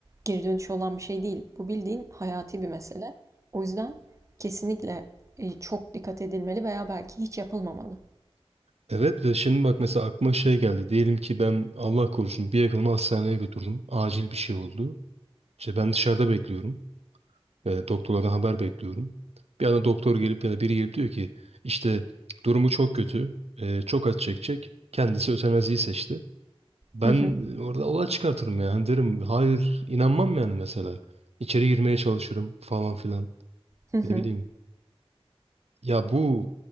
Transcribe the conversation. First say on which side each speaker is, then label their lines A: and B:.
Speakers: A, on the right (about 30°); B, on the right (about 80°).
A: geri dönüşü olan bir şey değil. Bu bildiğin hayati bir mesele. O yüzden kesinlikle e, çok dikkat edilmeli veya belki hiç yapılmamalı.
B: Evet ve şimdi bak mesela aklıma şey geldi. Diyelim ki ben Allah korusun bir yakınımı hastaneye götürdüm. Acil bir şey oldu. İşte ben dışarıda bekliyorum. E, doktorlardan haber bekliyorum. Bir anda doktor gelip ya da biri gelip diyor ki işte durumu çok kötü. e, çok acı çekecek. Kendisi ötenaziyi seçti. Ben
A: Hı hı.
B: e, orada olay çıkartırım yani derim. Hayır inanmam yani mesela. İçeri girmeye çalışırım falan filan.
A: Hı hı.
B: Ne bileyim. Ya bu